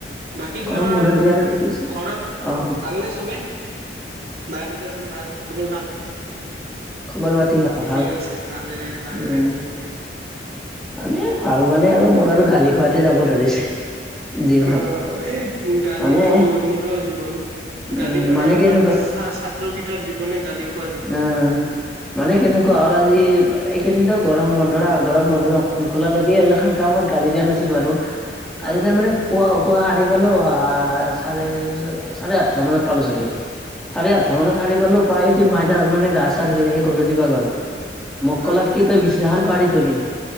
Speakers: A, on the right; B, in the centre.
A: বাকী তোমাৰ
B: গৰম বন্ধ দিয়াৰ আগত গৈছি
A: ঘৰত
B: অ',
A: ভালনে চবে? মায়ে দেউতা চবে ভাল খবৰ ভাল?
B: খবৰ পাতি
A: ঠিকেই
B: ভাল।
A: আছে ভালে ভালে
B: উম।
A: থাকিব,,
B: মানে ভাল মানে আৰু
A: উম,
B: মোৰ আৰু গালি খোৱাতে যাব ধৰিছে। জীৱন।
A: অ এই গালিটো
B: মানে
A: মোৰো জীৱন। গালি
B: উম
A: মানে আমাৰ
B: কেনেকুৱা
A: ছাত্ৰকেইটাৰ জীৱনে গালি খোৱা জীৱন।
B: উম। মানে কেনেকুৱা হল আৰু আজি এইকেইদিনো গৰম বন্ধৰ গৰম বন্ধ ন নোখোলালৈকে এগলাখান কামত গালি দিয়া নাছিল বাৰু
A: হয়
B: আজি তাৰ মানে পুৱা পুৱা সাৰি পালো আহ চাৰে চাৰে আঠটা মানত পালো চাগে। চাৰে আঠটা
A: হয়।
B: মানত আহি পালো উপায়ি মাইনা মানে গা চা ধুই আহি গৰু দিবা গল। মোক
A: হয়
B: ক'লাক কি তই বিছনাখন পাৰি থবি,,